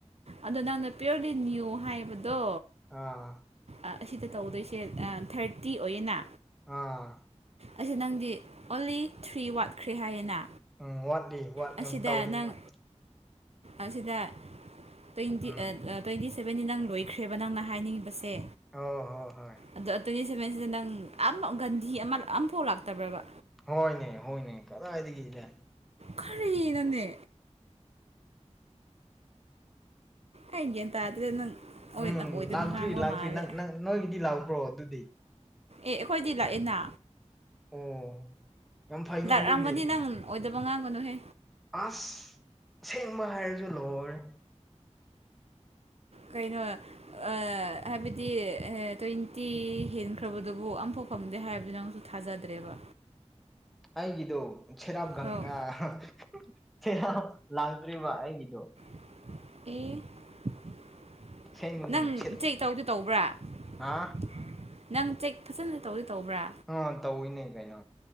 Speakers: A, on the right; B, in the centre.
A: ꯑꯗꯣ ꯅꯪꯅ ꯄꯤꯌꯣꯔꯂꯤ ꯅ꯭ꯌꯨ ꯍꯥꯏꯕꯗꯣ
B: ꯑꯥ
A: ꯑꯥ ꯑꯁꯤꯗ ꯇꯧꯗꯣꯏꯁꯦ ꯑꯥ ꯊꯥꯔꯇꯤ ꯑꯣꯏꯌꯦꯅ
B: ꯑꯥ
A: ꯑꯁꯤ ꯅꯪꯗꯤ ꯑꯣꯜꯂꯤ ꯊ꯭ꯔꯤ ꯋꯥꯠꯈ꯭ꯔꯦ ꯍꯥꯏꯌꯦꯅ
B: ꯎꯝ ꯋꯥꯠꯂꯤ ꯋꯥꯠ
A: ꯑꯁꯤꯗ
B: ꯎꯝ ꯇꯧꯗꯣꯏꯅ꯭ꯌꯣ
A: ꯅꯪ
B: ꯎꯝ
A: ꯑꯁꯤꯗ ꯇꯣꯏꯟꯇꯤ
B: ꯎꯝ
A: <unintelligible> ꯇꯣꯏꯟꯇꯤ ꯁꯚꯦꯟꯗꯤ ꯅꯪ ꯂꯣꯏꯈ꯭ꯔꯦꯕ ꯅꯪꯅ ꯍꯥꯏꯅꯤꯡꯉꯤꯕꯁꯦ
B: ꯑꯧ ꯍꯣ ꯍꯣꯏ
A: ꯑꯗꯣ ꯇ꯭ꯋꯦꯟꯇꯤ ꯁꯚꯦꯟꯁꯤꯗ ꯅꯪ ꯑꯝꯐꯎ ꯒꯟꯙꯤ ꯑꯃꯥ ꯑꯝꯐꯥꯎ ꯂꯥꯛꯇꯕ꯭ꯔꯕ?
B: ꯍꯣꯏꯅꯦ ꯍꯣꯏꯅꯦ ꯀꯗꯥꯏꯗꯒꯤꯗ
A: ꯈꯥꯔꯤꯅꯣꯅꯦ? ꯑꯩ ꯒ꯭ꯌꯦꯟ ꯇꯥꯗ꯭ꯔꯦ ꯅꯪ ꯑꯣꯏ
B: ꯎꯝ
A: ꯅꯪ ꯑꯣꯏꯗꯕ
B: ꯂꯥꯛꯇ꯭ꯔꯤ
A: ꯉꯥꯡꯕ
B: ꯂꯥꯛꯇ꯭ꯔꯤ
A: ꯃꯥꯜꯂꯦ
B: ꯅꯪ ꯅꯪ ꯅꯣꯏꯒꯤꯗꯤ ꯂꯥꯛꯄ꯭ꯔꯣ ꯑꯗꯨꯗꯤ?
A: ꯑꯦ ꯑꯈꯣꯏꯗꯤ ꯂꯥꯛꯑꯦꯅ꯫
B: ꯑꯣ ꯌꯥꯝ ꯐꯩꯅꯦ
A: ꯂꯥꯛꯔꯝꯒꯅꯤ
B: ꯑꯗꯨꯗꯤ
A: ꯅꯪ ꯑꯣꯏꯗꯕ ꯉꯥꯡꯒꯅꯨꯍꯦ
B: ꯑꯁ ꯑꯁꯦꯡꯕ ꯍꯥꯏꯔꯁꯨ ꯂꯣꯏꯔꯦ
A: ꯀꯩꯅꯣꯏ <unintelligible> ꯍꯥꯏꯕꯗꯤ ꯑꯦꯍꯦ ꯇ꯭ꯋꯦꯟꯇꯤ ꯍꯦꯟꯈ꯭ꯔꯕꯗꯨꯕꯨ ꯑꯝꯐꯥꯎ ꯐꯪꯗꯦ ꯍꯥꯏꯕꯗꯨꯗꯤ ꯅꯪꯁꯨ ꯊꯥꯖꯗ꯭ꯔꯦꯕ
B: ꯑꯩꯒꯤꯗꯣ ꯁꯦꯔꯞ ꯒꯪ
A: ꯑꯧ
B: ꯑꯥ <unintelligible> ꯁꯦꯔꯞ ꯂꯥꯛꯇ꯭ꯔꯤꯕ ꯑꯩꯒꯤꯗꯣ
A: <inaudible> ꯑꯦ <inaudible>
B: ꯑꯁꯦꯡꯕꯅꯦ
A: ꯅꯪ
B: ꯁꯦ
A: ꯆꯦꯛ ꯇꯧꯗꯤ ꯇꯧꯕ꯭ꯔꯥ?
B: ꯍꯥ
A: <inaudible> ꯅꯪ ꯆꯦꯛ ꯐꯖꯅ ꯇꯧꯗꯤ ꯇꯧꯕ꯭ꯔꯥ?
B: ꯑꯥ ꯇꯧꯋꯤꯅꯦ ꯀꯩꯅꯣ